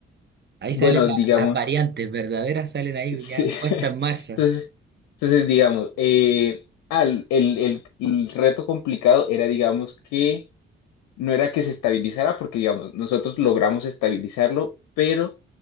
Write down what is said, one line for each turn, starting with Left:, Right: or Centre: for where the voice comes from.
Right: Ahí
Left: Bueno,
Right: salen la-
Left: digamos,
Right: las variantes verdaderas, salen ahí
Left: sí.
Right: ya puestas
Left: <laughs>
Right: en marcha.
Left: Entonces, entonces digamos, eh, ah, el, el- el- el reto complicado era, digamos, que no era que se estabilizara, porque, digamos, nosotros logramos estabilizarlo, pero